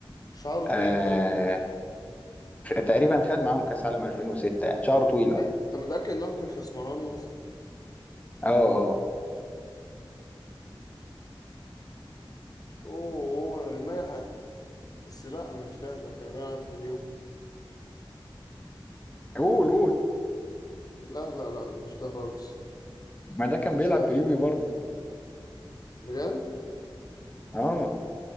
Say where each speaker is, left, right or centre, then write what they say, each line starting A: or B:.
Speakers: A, on the left (about 45°); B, on the left (about 15°).
A: شعره طويل
B: آه
A: طيب
B: تقريبا خد معاهم كاس عالم 2006 يعني شعره طويل اه
A: ك- أنت متأكد إن هو ما كانش أسمراني أصلا
B: اه اه
A: أوه أوه انا دماغي حد بس لا مش ده ده كان بيلعب في اليوفي
B: قول قول
A: لا لا لا مش ده خالص
B: ما ده كان
A: ازاي
B: بيلعب في اليوفي برضه
A: بجد
B: اه